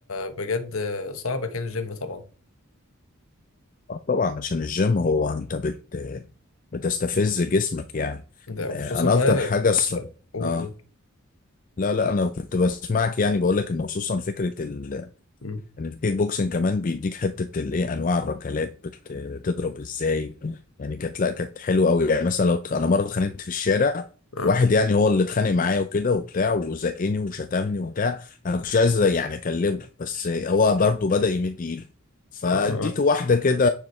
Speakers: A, on the left; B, on the left.
A: بجد آه، صعب كان الجيم طبعا
B: آه، طبعا عشان الجيم هو انت بت بتستفز جسمك يعني
A: ده وخصوصا
B: آه، انا
A: بقى
B: اكتر حاجه ص...
A: لا قول
B: اه
A: قول
B: لا لا انا كنت بسمعك يعني بقول لك ان خصوصا فكره ال...
A: مم.
B: ان الكيك بوكسنج كمان بيديك حته الايه انواع الركلات بت... بتضرب ازاي يعني كانت لا كانت حلوه قوي يعني مثلا لو ت- انا مره اتخانقت في الشارع
A: اه
B: واحد يعني هو اللي اتخانق معايا وكده وبتاع وزقني وشتمني وبتاع انا كنتش عايز يعني اكلمه بس هو برضه بدأ يمد ايده فاديته
A: اه
B: واحده كده